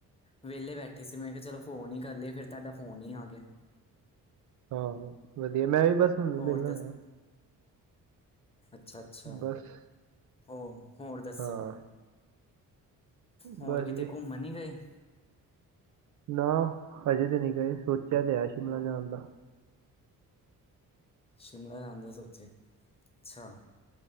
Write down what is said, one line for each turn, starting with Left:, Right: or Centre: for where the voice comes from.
Left: ਵਿਹਲੇ ਬੈਠੇ ਸੀ ''ਮੈਂ ਕਿਹਾ ਚਲੋ ਫੋਨ ਈ ਕਰ ਲਏ ਫਿਰ ਤੁਹਾਡਾ ਫੋਨ ਹੀ ਆ ਗਿਆ।
Right: ਹਾਂ ਵਧੀਆ, ਮੈਂ ਵੀ ਬਸ, ਹੁਣ
Left: ਹੋਰ
Right: ਵਿਹਲਾ ਹੋਇਆ।
Left: ਅੱਛਾ-ਅੱਛਾ,
Right: ਬਸ
Left: ਹੋ, ਹੋਰ ਦੱਸੋ?
Right: ਹਾਂ
Left: ਹੋਰ
Right: ਬਸ
Left: ਕਿਤੇ
Right: ਜੀ
Left: ਘੁੰਮਣ ਨਹੀਂ ਗਏ?
Right: ਨਾ ਹਜੇ ਤੇ ਨਹੀਂ ਗਏ, ਸੋਚਿਆ ਤੇ ਹੈ, ਸ਼ਿਮਲਾ ਜਾਣ ਦਾ।
Left: ਸ਼ਿਮਲਾ ਜਾਣ ਦਾ ਸੋਚਿਆ, ਅੱਛਾ।